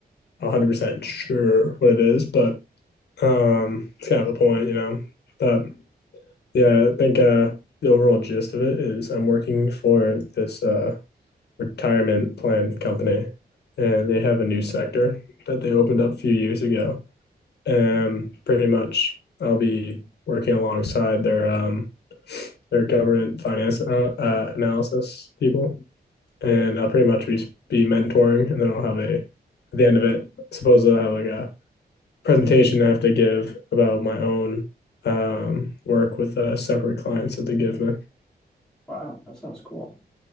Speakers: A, on the left; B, in the centre.
A: 100% sure what it is, but um, it's kind of the point, you know. But yeah, I think uh, the overall gist of it is I'm working for this uh, retirement plan company, and they have a new sector that they opened up a few years ago. And pretty much, I'll be working alongside their um, They're government finance uh, uh, analysis people, and I'll pretty much be mentoring, and then I'll have a at the end of it. Supposedly, I'll have like a presentation I have to give about my own um, work with uh, separate clients that they give me.
B: Wow, that sounds cool.